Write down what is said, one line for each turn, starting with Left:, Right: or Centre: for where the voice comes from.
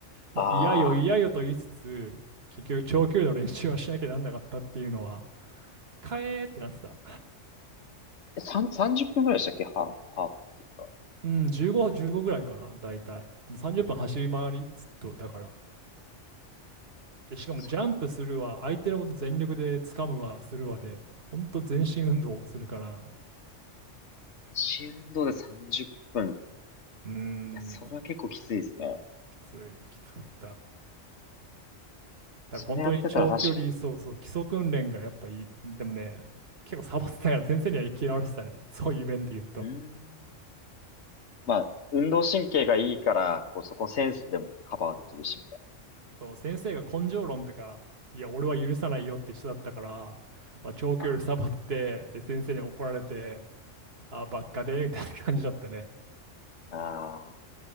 Right: まあ嫌よ嫌よと言いつつ、
Left: ああ、
Right: 結局長距離の練習はしなきゃなんなかったっていうのは、かえーってなってた。
Left: えさん30分ぐらいでしたっけハーフ、ハーフっていうか。
Right: うん、15、15ぐらいかな、大体。30分走り回り、ずっと、だから。で、しかもジャンプするわ、
Left: 三
Right: 相手のこと全力で掴むわ、するわで、ほんと全身運動をするから、
Left: 周運動で30分。
Right: うーん、
Left: いや、それは結構きついですね。
Right: きつい、きつかった。だから本当に長距離、
Left: それやってたら確かに。
Right: そうそう、基礎訓練がやっぱいい。でもね、結構サボってたから先生には嫌われてたね。<laughs> そういう面で言うと。
Left: うーん。まあ、運動神経がいいから、こう、そこセンスでもカバーできるし、みたい
Right: そう、先生が根性論とか、いや、俺は許さないよって人だったから、まあ、長距離サボって、
Left: な。
Right: で、先生に怒られて、あ、ばっかで、みたいな感じだったね。
Left: ああ。ああ。